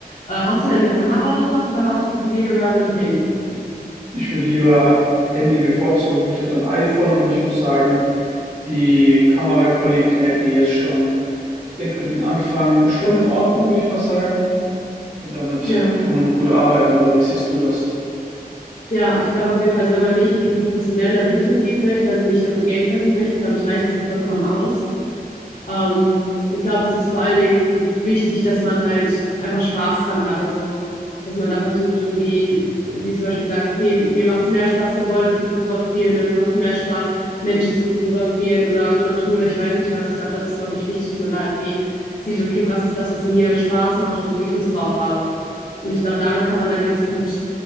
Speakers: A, on the left; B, on the right.
A: Äh, hast du denn eine Kamera oder sowas oder machst du das lieber mit dem Handy?
B: Ich würde lieber Handy bevorzugen. Ich habe so ein iPhone und ich muss sagen, die Kameraqualität, die ist schon, ich denke, für den Anfang schon in Ordnung, würde ich mal sagen. Und damit
A: Ja.
B: kann man gut arbeiten, oder wie siehst du das?
A: Ja, ich glaube auf jeden Fall, also wenn man nicht in die professionelle Richtung gehen möchte, also nicht damit Geld verdienen möchte, glaube ich, reicht das auch vollkommen aus. Ähm, ich glaube, es ist vor allen Dingen wichtig, dass man halt einfach Spaß dran hat. Also, dass man da versucht, irgendwie, wie zum Beispiel sagt, okay, mir macht es mehr Spaß, Gebäude zu fotografieren oder mir macht es mehr Spaß, Menschen zu fotografieren oder Natur oder ich weiß nicht was. Ich glaube, das ist, glaube ich, wichtig, dass man da irgendwie sieht, okay, was ist das, was mir Spaß macht oder wo ich Lust drauf habe. Und ich glaube, damit kann man dann ganz gut,